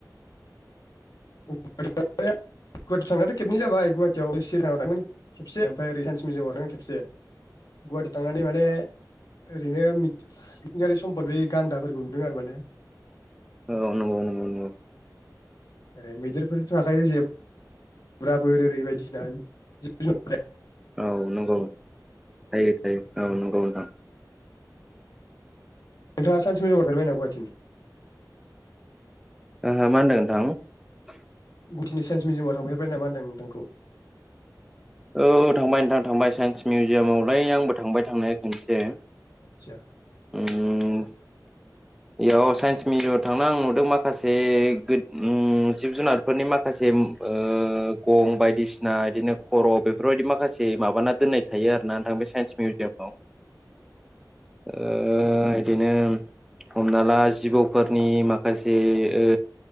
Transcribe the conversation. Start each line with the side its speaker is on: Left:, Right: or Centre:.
Left: <unintelligible> गुवाहाटियाव थांनायाथ' खेबनै जाबाय गुवाहाटियाव चिरिया खानायाव थांदोंमोन खेबसे ओमफाय ओरै साइन्स मिउजियामाव थांदों खेबसे गुवाहाटियाव थांनानै माने ओरैनो मि मिथिंगायारि सम्पद बे गान्दाफोरखौ नुदों आरो माने।
Centre: औ नोंगौ नोंगौ नोंगौ।
Left: ओरै मैदेरफोरथ' थाखायो जे बुराफोर ओरै बायदिसिना जिब जु
Centre: औ नोंगौ थायो थायो औ नोंगौ। औ
Left: नोंथाङा साइन्स मिउजियामाव थांफेरबायना गुवाहाटिनि?
Centre: ओहो मा होनदों नोंथां?
Left: गुवाटिनि साइन्स मिउजियामाव थांफेरबाय नामा होनदां नोंथांखौ?
Centre: औ थांबाय नोंथां थांबाय साइन्स मिउजियामावलाय आंबो थांबाय थांनाया खोनसे।
Left: आदसा
Centre: उम इयाव साइन्स मिउजियामाव थांना आं नुदों माखासे गो ओम जिब जुनारफोरनि माखासे ओ गं बायदिसिना इदिनो खर' बेफोरबायदि माखासे माबाना दोननाय थायो आरोना नोंथां बे साइन्स मिउजियामाव। ओ ओ इदिनो हमना ला जिबौफोरनि माखासे ओ